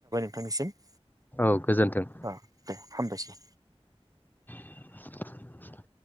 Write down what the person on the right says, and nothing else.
<unintelligible>
ओ दे हामबायसै